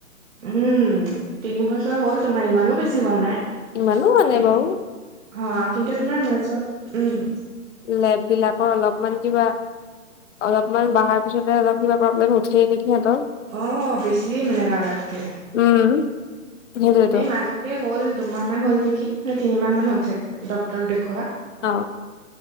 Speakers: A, on the right; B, on the left.
A: উম, তিন বছৰ হ'ল তোমাৰ ইমানো বেছি হোৱা নাই।
B: ইমানো মানে
A: কি
B: বাৰু
A: হা কিন্তু তোমাৰ মাজত উম।
B: লেব বিলাকৰ অলপ মান কিবা অলপমান বাহাৰ পিছতে অলপ কিবা প্ৰব্লেম উঠেই নেকিহত।
A: অ বেছিয়ে মেল লাগাতকে।
B: উম। সেইটোৱেতো
A: এই মাজতে হ'ল দুমাহ মান হ'ল নেকি নে তিনিমাহ মান হ'ল চাগে ডক্তৰক দেখুওৱা।
B: অঁ'।